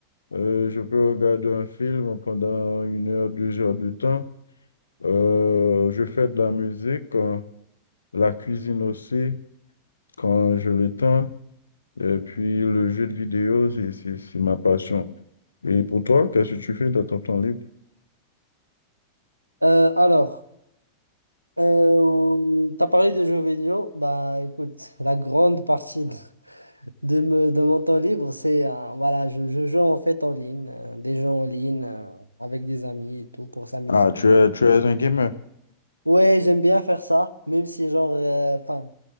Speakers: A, on the left (about 75°); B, on the right (about 90°).
A: Euh, je peux regarder un film pendant une heure, deux heures de temps. Euh, je fais de la musique, euh, la cuisine aussi, quand je le temps. Et puis, le jeu de vidéo, c'est, c'est, c'est ma passion. Et pour toi, qu'est-ce que tu fais dans ton temps libre?
B: Euh, alors, euh, tu as parlé de jeux vidéo. Bah, écoute, la grande partie de, de me, de mon temps libre, c'est, euh, voilà, je, je joue en fait en ligne, euh, des jeux en ligne, euh, avec des amis et tout, pour s'amuser.
A: Ah, tu es, tu es un gamer.
B: Ouais, j'aime bien faire ça, même si genre, euh, enfin,